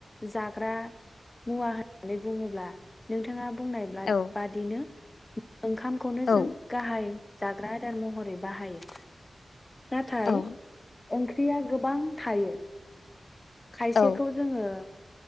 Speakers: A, on the left; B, on the left.
A: जाग्रा मुवा होननानै बुङोब्ला नोंथाङा बुंनायब्ला
B: औ
A: बादिनो ओंखामखौनो
B: औ
A: जों गाहाय जाग्रा आदार महरै बाहायो। नाथाइ।
B: औ
A: ओंख्रिया गोबां थायो। खायसेखौ
B: औ
A: जोङो